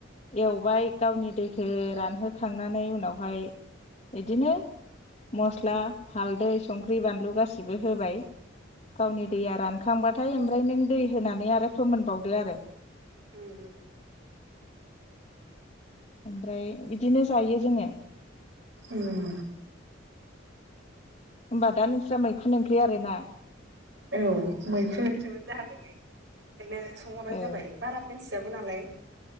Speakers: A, on the left; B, on the right.
A: एवबाय गावनि दैखौ रानहो खांनानै उनावहाय बिदिनो मस्ला, हालदै, संख्रि, बानलु गासैबो होबाय। गावनि
B: उम
A: दैया रानखांबाथाय ओमफ्राय नों दै होनानै आरो फोमोनबावदो आरो।
B: उम-उम।
A: ओमफ्राय बिदिनो जायो जोङो।
B: उम
A: होमबा दा नोंस्रा मैखुन ओंख्रि आरो ना?
B: औ मैखुन। <unintelligible> ओंखायनो सोंहरनाय
A: ए
B: जाबाय बारा मिथियाबो नालाय।